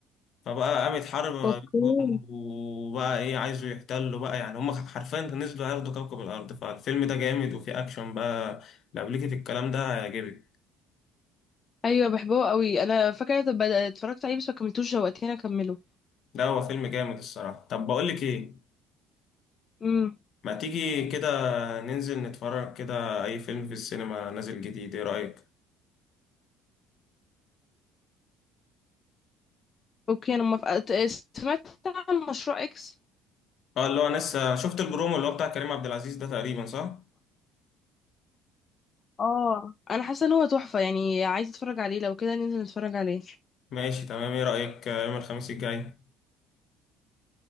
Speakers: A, on the left; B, on the left.
A: فبقى قامت حرب ما
B: اوكي
A: بينهم وبقى ايه عايزوا يحتلوا بقى يعني هم حرفيا نزلوا ياخدوا كوكب الأرض فالفيلم ده جامد وفيه أكشن بقى لو ليكي في الكلام ده هيعجبك
B: ايوه بحبه قوي انا فاكرة طب اتفرجت عليه بس ما كملتوش شوقتني اكمله
A: لا هو فيلم جامد الصراحة طب بقولك ايه
B: امم
A: ما تيجي كده ننزل نتفرج كده اي فيلم في السينما نازل جديد ايه رأيك
B: اوكي انا موافقة ت- سمعت عن مشروع اكس
A: اه اللي هو لسه شفت البرومو اللي هو بتاع كريم عبد العزيز ده تقريبا صح
B: اه انا حاسة ان هو تحفة يعني عايزة اتفرج عليه لو كده ننزل نتفرج عليه
A: ماشي تمام ايه رأيك آه، يوم الخميس الجاي